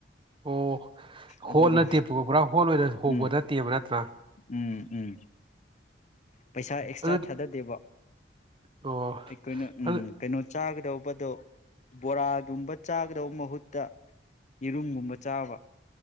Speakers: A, on the right (about 30°); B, on the left (about 40°).
A: ꯑꯣ ꯍꯣꯜ
B: ꯑꯗꯨꯅꯤ
A: ꯅ ꯄ ꯄꯨꯔꯥ ꯍꯣ ꯂꯣꯏꯅ ꯍꯣꯡꯕ
B: ꯎꯝ
A: ꯅꯠꯇꯦꯕ ꯅꯠꯇ꯭ꯔꯥ
B: ꯎꯝ ꯎꯝ ꯄꯩꯁꯥ ꯑꯦꯛꯁꯇ꯭ꯔꯥ
A: ꯑꯗꯨꯗꯤ
B: ꯊꯥꯗꯗꯦꯕ
A: ꯑꯣ
B: ꯑꯩꯈꯣꯏꯅ ꯎꯝ
A: ꯑꯗꯨ
B: ꯀꯩꯅꯣ ꯆꯥꯒꯗꯧꯕꯗꯣ ꯕꯣꯔꯥꯒꯨꯝꯕ ꯆꯥꯒꯗꯧꯕ ꯃꯍꯨꯠꯇ ꯌꯦꯔꯨꯝꯒꯨꯝꯕ ꯆꯥꯕ